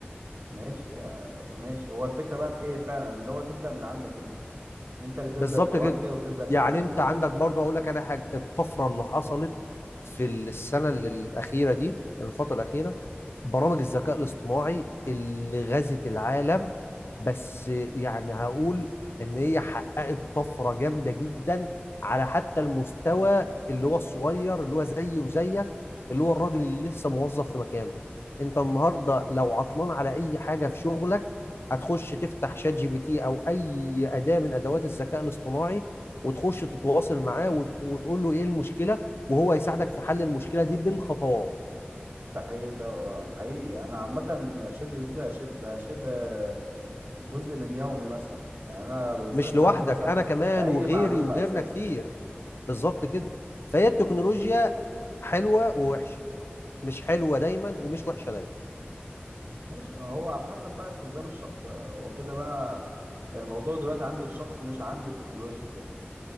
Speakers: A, on the right; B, on the left.
A: ماشي آه ماشي هو الفكره بقى في ايه فعلا اللي هو تبدا من عندك انت انت اللي تبدا
B: بالظبط
A: توجه
B: كده
A: وتبدا تعلم
B: يعني أنت
A: من الاخر
B: عندك برضه هقول لك أنا حاجة الطفرة اللي حصلت في السنة الأخيرة دي الفترة الأخيرة برامج الذكاء الاصطناعي اللي غزت العالم بس يعني هقول إن هي حققت طفرة جامدة جدا على حتى المستوى اللي هو الصغير اللي هو زيي وزيك اللي هو الراجل اللي لسه موظف في مكانه أنت النهاردة لو عطلان على أي حاجة في شغلك هتخش تفتح شات جي بي تي او اي اداه من ادوات الذكاء الاصطناعي وتخش تتواصل معاه وت- وتقول له ايه المشكله وهو يساعدك في حل المشكله دي بالخطوات
A: ده حقيقي ده آه، حقيقي انا عامه شات جي بي تي بقى شيء- بقى شبه جزء من يومي مثلا يعني انا ما بستغناش
B: مش لوحدك
A: عنه مثلا
B: انا كمان
A: في اي
B: وغيري
A: معلومه
B: وغيرنا
A: اساسا
B: كتير بالظبط كده فهي التكنولوجيا حلوه ووحشه مش حلوه دايما ومش وحشه دايما
A: ماشي هو على حسب بقى استخدام الشخص هو كده بقى يعني الموضوع دلوقتي عند الشخص مش عند التكنولوجيا كده